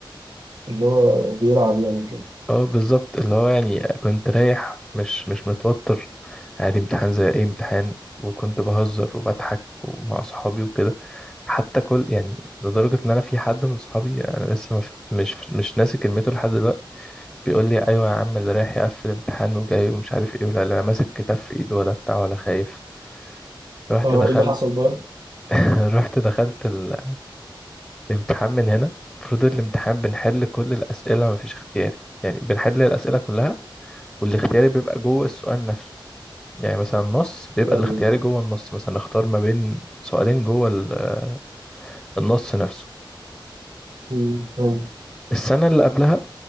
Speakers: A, on the right (about 55°); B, in the centre.
A: اللي هو بيلعب يعني كده
B: اه بالظبط اللي هو يعني كنت رايح مش مش متوتر عادي امتحان زي اي امتحان وكنت بهزر وبضحك ومع اصحابي وكده حتى كل يعني لدرجة ان انا في حد من صحابي انا لسه مف... مش مش ناسي كلمته لحد دلوقتي بيقول لي ايوه يا عم اللي رايح يقفل امتحان وجاي ومش عارف ايه ولا لا ماسك كتاب في ايده ولا بتاع ولا خايف رحت
A: اه
B: دخلت
A: ايه اللي حصل بقى؟
B: <laughs> رحت دخلت ال... الامتحان من هنا المفروض الامتحان بنحل كل الاسئلة مفيش اختياري يعني بنحل الاسئلة كلها والاختياري بيبقى جوه السؤال نفسه يعني مثلا النص بيبقى
A: ايوه
B: الاختياري جوه النص مثلا اختار ما بين سؤالين جوه ال- النص نفسه
A: مم. فهمت
B: السنة اللي قبلها